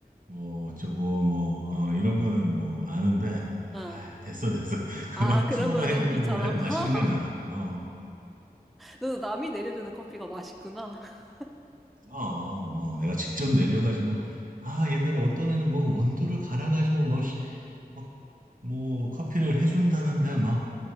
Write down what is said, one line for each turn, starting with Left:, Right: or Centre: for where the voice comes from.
Right: 뭐 어쩌고 뭐 어, 이런 거는 뭐 아는데
Centre: 어.
Right: 아이, 됐어 됐어. <laughs> 그만
Centre: 아, 그런
Right: 프로가
Centre: 거는
Right: 해주는
Centre: 너무 귀찮아.
Right: 걸 해
Centre: <laughs>
Right: 마시는 게 나아. 어,
Centre: 너도 남이 내려주는 커피가 맛있구나. <laughs>
Right: 어, 뭐 내가 직접 내려가지고 아 옛날에 어떤 애는 뭐 원두를 갈아가지고 뭐 시- 막, 뭐 커피를 해준다는데 막